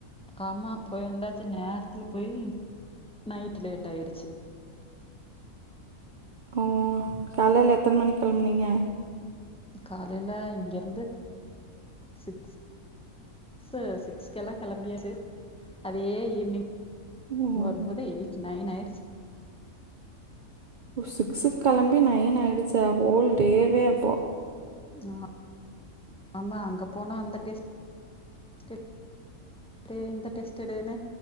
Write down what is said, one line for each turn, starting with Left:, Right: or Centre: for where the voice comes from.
Centre: ஆமா போய் வந்தாச்சு நேரத்துல போயி நைட் லேட் ஆயிருச்சு
Right: ம் காலயில எத்தன மணிக்கு கிளம்புனிங்க
Centre: காலையில இங்க இருந்து சிக்ஸ் சிக்ஸ் சிக்ஸ் எல்லா கிளம்பியது அதே ஈவினிங்
Right: ஓ
Centre: வரும்போது எயிட் நைன் ஆயிடுச்சு
Right: ஓ சிக்ஸுக்கு கிளம்பி நைன் ஆயிடுச்சா ஹோல் டேவே அப்போ
Centre: ஆமா ஆமா அங்க போனா அந்த டெஸ்ட் டெ அப்டிய இந்த டெஸ்ட் எடுனு